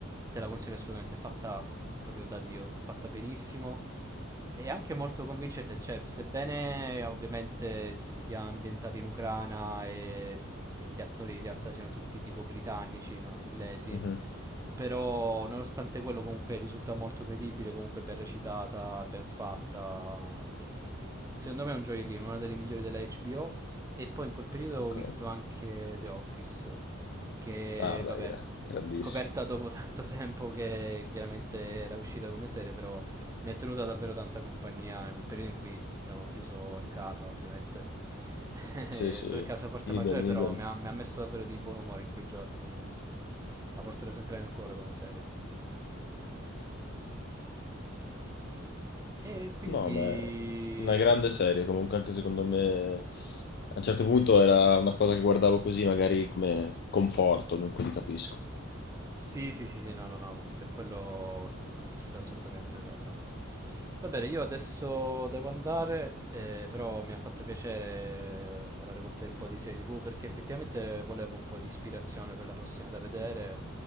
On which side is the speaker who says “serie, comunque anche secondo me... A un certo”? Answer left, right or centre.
Left